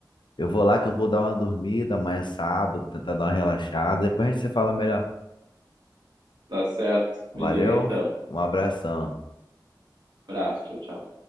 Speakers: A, on the left; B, on the right.
A: Eu vou lá que eu vou dar uma dormida, amanhã é sábado, tentar dar uma relaxada. Depois a gente se fala melhor.
B: Tá certo.
A: Valeu,
B: Me liga então.
A: um abração.
B: Abraço, tchau, tchau.